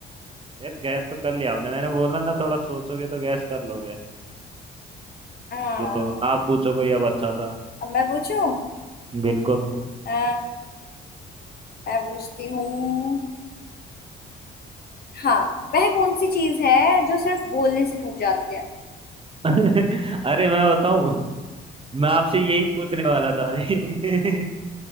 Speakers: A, on the right (about 25°); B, on the left (about 50°).
A: यार गैस तो कर लिया आपने मैंने बोला ना थोड़ा सोचोगे तो गैस कर लोगे
B: हाँ
A: तो, तो आप पूछो कोई अब अच्छा सा
B: अब मैं पूछूं
A: बिल्कुल
B: अ, मैं पूछती हूँ हाँ वह कौन सी चीज है जो सिर्फ बोलने से टूट जाती है
A: <laughs> अरे मैं बताऊं मैं आपसे यही पूछने वाला था अभी <laughs>